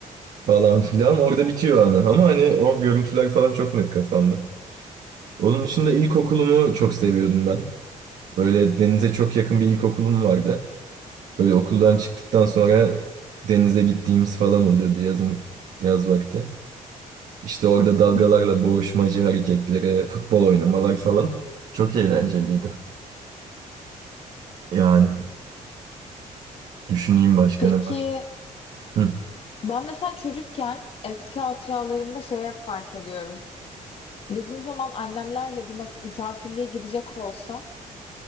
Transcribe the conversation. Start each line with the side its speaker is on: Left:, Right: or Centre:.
Right: falan filan. Orada bitiyor anı ama hani o görüntüler falan çok net kafamda. Onun dışında ilkokulumu çok seviyordum ben. Böyle denize çok yakın bir ilkokulum vardı. Böyle okuldan çıktıktan sonra denize gittiğimiz falan oluyordu yazın, yaz vakti. İşte orada dalgalarla
Left: Hı hı.
Right: boğuşmacı hareketleri, futbol oynamalar falan çok eğlenceliydi. Yani düşüneyim başka
Left: Peki
Right: ne var. Hı.
Left: ben mesela çocukken eski hatıralarımda şey hep fark ediyorum. Biz ne zaman annemlerle bir mas- misafirliğe gidecek olsak